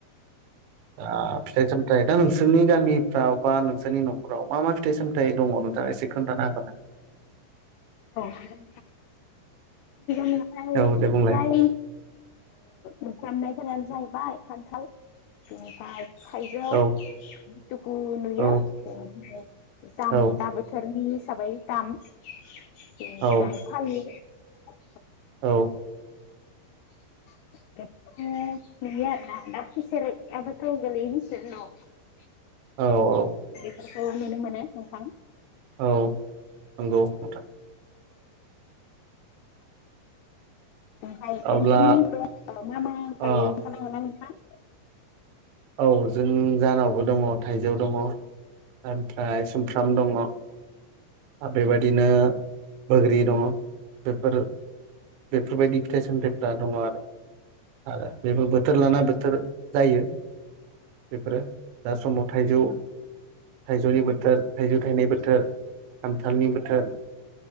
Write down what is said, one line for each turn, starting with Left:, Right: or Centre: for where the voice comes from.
Right: दा फिथाइ सामथाइ दा नोंसोरनि गामिफ्राव बा नोंसोरनि न'खराव मा मा फिथाइ सामथाइ दङ नोंथाङा एसे खोन्थानो हागोन ना
Left: औ हागोन नोंथां
Right: औ दे बुंलाय
Left: प्राय मुफ्रामनायफोरानो जाहैबाय खान्थाल बेनिफ्राय थाइजौ लिथुखु
Right: औ
Left: नुयो
Right: औ
Left: ओमफ्राय जाम
Right: औ
Left: दा बोथोरनि साबाय जाम एनिफ्राय
Right: औ
Left: थालिर अ
Right: औ
Left: <unintelligible>
Right: औ - औ
Left: बेफोरखौ नुनो मोनो नोंथां
Right: औ नंगौ नोंथां
Left: ओमफ्राय
Right: अब्ला
Left: नोंथांमोननि दा मा-मा गायो
Right: अ
Left: खोनथानो हागोनना नोंथां
Right: औ जों जानावबो दङ थाइजौ दङ ओमफ्राय सुमफ्राम दङ आरो बेबायदि बिदिनो बोग्रि दङ बेफोर बेफोरबायदि फिथाय सामथाय फ्रा दङ आरो आरो बेबो बथोर बोथोर लाना बोथोर जायो बेफोरो दा समाव थाइजौ थाइजौनि बोथोर थाइजौ थायनाय बोथोर खान्थालनि बोथोर